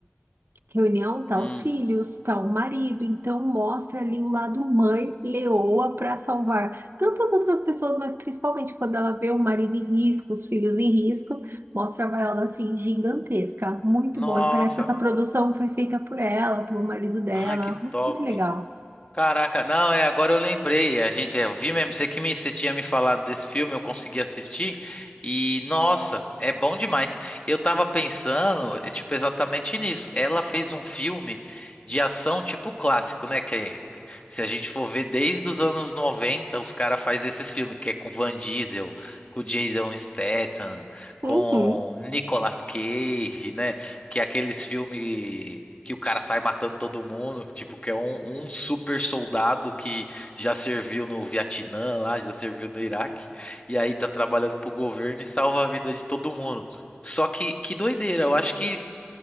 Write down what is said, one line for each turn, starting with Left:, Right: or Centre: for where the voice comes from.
Right: Reunião tá
Left: hum.
Right: os filhos, tá o marido, então mostra ali o lado mãe leoa para salvar tantas outras pessoas, mas principalmente quando ela vê o marido em risco, os filhos em risco, mostra a Viola assim gigantesca, muito
Left: Nossa.
Right: bom. E parece que essa produção foi feita por ela, pelo marido dela,
Left: Ai, que top.
Right: muito legal.
Left: Caraca, não, é, agora eu lembrei. A gente, é, eu vi mesmo, você que me, você tinha me falado desse filme, eu consegui assistir. E, nossa, é bom demais. Eu tava pensando, eh, tipo, exatamente nisso. Ela fez um filme de ação, tipo, clássico, né? Que é- que- se a gente for ver desde os anos 90, os caras fazem esses filmes, que é com Van Diesel, com Jason Statham,
Right: Uhum.
Left: com Nicolas Cage, né? que é aqueles filmes que o cara sai matando todo mundo, tipo, que é um, um super soldado que já serviu no Vietnã lá, já serviu no Iraque, e aí tá trabalhando pro governo e salva a vida de todo mundo. Só que, que doideira, eu acho que